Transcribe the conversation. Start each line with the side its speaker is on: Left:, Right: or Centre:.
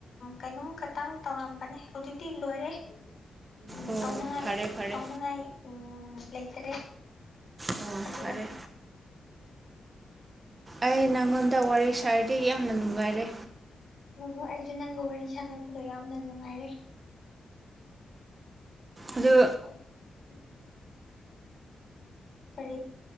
Left: ꯀꯩꯅꯣꯝ ꯈꯛꯇꯪ ꯇꯧꯔꯝꯕꯅꯦ ꯍꯧꯖꯤꯛꯇꯤ ꯂꯣꯏꯔꯦ ꯎꯝ
Right: ꯑꯣ
Left: ꯇꯧꯅꯉꯥꯏ
Right: ꯐꯔꯦ ꯐꯔꯦ
Left: ꯇꯧꯅꯉꯥꯏ ꯎꯝ ꯂꯩꯇꯔꯦ
Right: ꯑꯣ
Left: ꯑꯗꯨꯅꯅꯤ
Right: ꯐꯔꯦ
Left: <unintelligible>
Right: ꯑꯩ ꯅꯪꯉꯣꯟꯗ ꯋꯥꯔꯤ ꯁꯥꯔꯗꯤ ꯌꯥꯝꯅ ꯅꯨꯡꯉꯥꯏꯔꯦ
Left: ꯍꯣꯏ ꯍꯣꯏ ꯑꯩꯁꯨ ꯅꯪꯒ ꯋꯥꯔꯤ ꯁꯥꯟꯅꯕꯗꯣ ꯌꯥꯝꯅ ꯅꯨꯡꯉꯥꯏꯔꯦ <unintelligible>
Right: ꯑꯗꯨ
Left: ꯀꯔꯤ